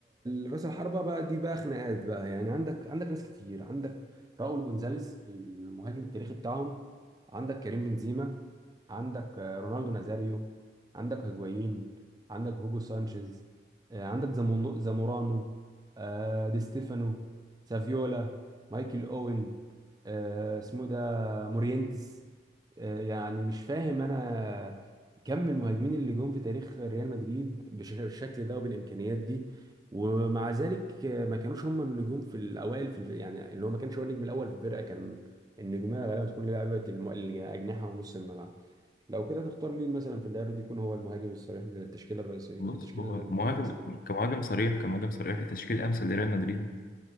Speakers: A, on the right; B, on the left.
A: ال- راس الحربة بقى دي بقى خناقات بقى يعني عندك عندك ناس كتير عندك راؤول جونزاليس المهاجم التاريخي بتاعهم عندك كريم بنزيما عندك آه، رونالدو نازاريو عندك هيجوايين عندك هوجو سانشيز آه، عندك زامونو- زامورانو آه، دي ستيفانو سافيولا مايكل اوين آه، اسمه ده مورينتس آه، يعني مش فاهم انا كم المهاجمين اللي جم في تاريخ ريال مدريد بالش- بالشكل ده وبالامكانيات دي ومع ذلك آه، ما كانوش هم النجوم في الاوائل في الف... يعني اللي هو ما كانش هو النجم الاول في الفرقه كان النجوميه غالبا بتكون لعيبه الم... الاجنحه ونص الملعب لو كده تختار مين مثلا في اللعبه دي يكون هو المهاجم الصريح للتشكيله الرئيسيه
B: بص
A: للتشكيله
B: هو
A: المثاليه
B: مهاجم كمهاجم صريح كمهاجم صريح لتشكيل امثل لريال مدريد